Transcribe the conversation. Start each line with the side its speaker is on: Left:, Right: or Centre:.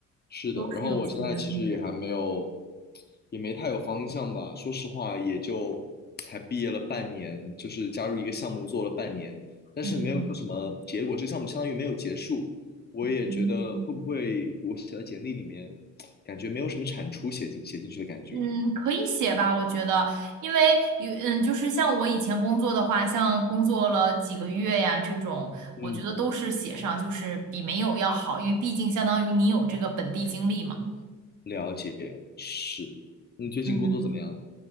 Left: 是的。
Right: 都是有裁员风险。
Left: 然后我现在其实也还没有，也没太有方向吧。说实话，也就才毕业了半年，就是加入一个项目做了半年，但是没有什么结果，
Right: 嗯
Left: 这个项目相当于没有结束。我也觉得会不会我写在简历里面，
Right: 嗯。
Left: 感觉没有什么产出写进写进去的感觉。
Right: 嗯，可以写吧，我觉得，因为有嗯，就是像我以前工作的话，像工作了几个月呀这种，
Left: 嗯，
Right: 我觉得都是写上，就是比没有要好，因为毕竟相当于你有这个本地经历嘛。
Left: 了解，是。你最近工作怎么样？
Right: 嗯。